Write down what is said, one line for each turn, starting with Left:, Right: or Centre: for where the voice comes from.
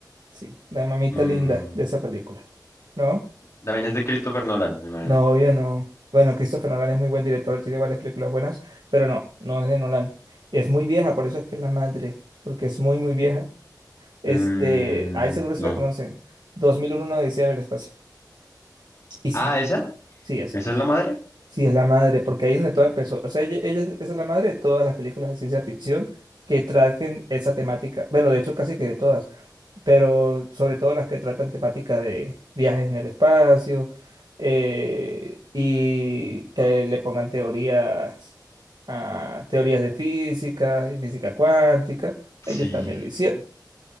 Right: sí, la mamita
Left: mm,
Right: linda de esa película. ¿No?
Left: también es de Christopher Nolan, me imagino.
Right: No, obvio no. Bueno, Christopher Nolan es muy buen director, él tiene varias películas buenas, pero no, no es de Nolan. Es muy vieja, por eso es que es la madre, porque es muy, muy vieja. Este,
Left: Mm,
Right: ahí seguro si
Left: no.
Right: la conoce. 2001 Odisea en el espacio. Y sí,
Left: Ah, ¿esa?
Right: sí, esa.
Left: ¿Esa es la madre?
Right: Sí, es la madre, porque ahí es donde todo empezó. O sea, ella, ella es esa es la madre de todas las películas de ciencia ficción que traten esa temática. Bueno, de hecho, casi que de todas, pero sobre todo las que tratan temática de viajes en el espacio eh, y que le pongan teorías, ah, teorías de física y física cuántica.
Left: Sí,
Right: Ellos también lo hicieron.